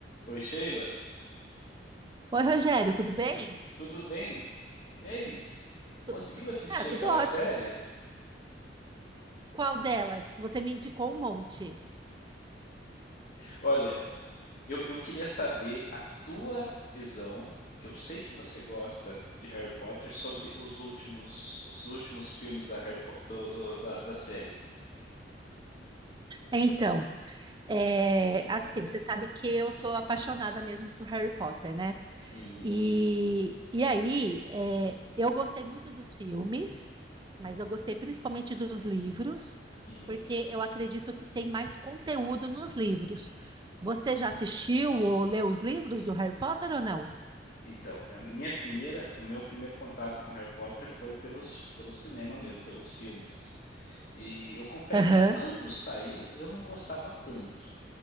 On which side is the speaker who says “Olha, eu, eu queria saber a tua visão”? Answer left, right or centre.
Left